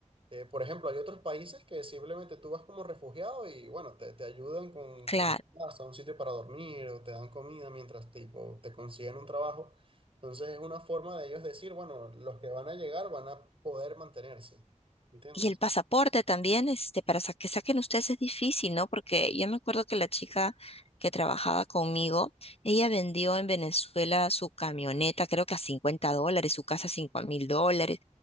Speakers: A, on the right; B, on the left.
A: Eh, por ejemplo, hay otros países que simplemente tú vas como refugiado y bueno, te, te ayudan con,
B: claro.
A: con casa, un sitio para dormir o te dan comida mientras tipo, te consiguen un trabajo. Entonces es una forma de ellos decir, bueno, los que van a llegar van a poder mantenerse. ¿Entiendes?
B: Y el pasaporte también, este, para sa- que saquen ustedes es difícil, ¿no? Porque yo me acuerdo que la chica que trabajaba conmigo, ella vendió en Venezuela su camioneta, creo que a 50 dólares, su casa a cinco mil dólares,